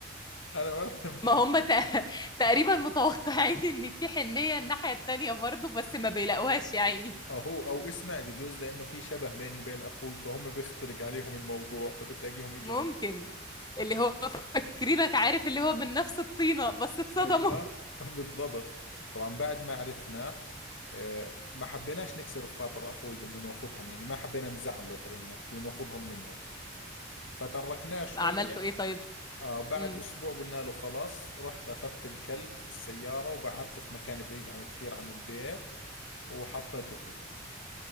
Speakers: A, on the left; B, on the left.
A: انا ما بحبكم
B: ما هم تق- <laughs> تقريبا متوقعين ان في حنية الناحية التانية برضو بس ما بيلاقوهاش يا عيني
A: اهو او اسمعي بجوز لانه في شبه بيني وبين اخوي فهم بيختلق عليهم الموضوع فبتلاقيهم اجوا
B: ممكن
A: عندنا
B: اللي هو فاكرينك عارف اللي هو من نفس الطينة بس اتصدموا
A: ايوه <laughs> بالضبط طبعا بعد ما عرفنا آه، ما حبيناش نكسر في خاطر اخوي انه ناخذهم يعني ما حبينا نزعله خلينا نحكي وناخذهم منه فتركناه
B: <laughs>
A: شوية
B: عملتوا ايه طيب
A: آه بعد
B: امم
A: أسبوع قلنا له خلاص رحت أخذت الكلب في السيارة وبعدته في مكان بعيد عن كثير عن البيت وحطيته فيه